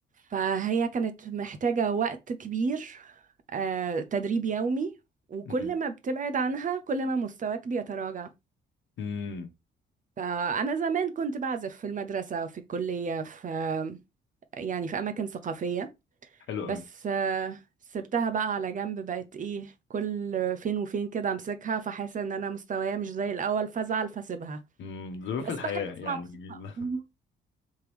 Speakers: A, on the right; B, on the left.
A: فهي كانت محتاجة وقت كبير آه، تدريب يومي وكل
B: مم.
A: ما بتبعد عنها كل ما مستواك بيتراجع
B: مم.
A: فأنا زمان كنت بعزف في المدرسة في الكلية في يعني في أماكن ثقافية
B: حلو
A: بس
B: قوي
A: آه، سبتها بقى على جنب بقت إيه كل فين وفين كده أمسكها فحاسة إن أنا مستوايا مش زي الأول فأزعل فأسيبها
B: مم. ظروف
A: بس
B: الحياة
A: بحب أسمع
B: يعني
A: موسيقى
B: <laughs>
A: مهم.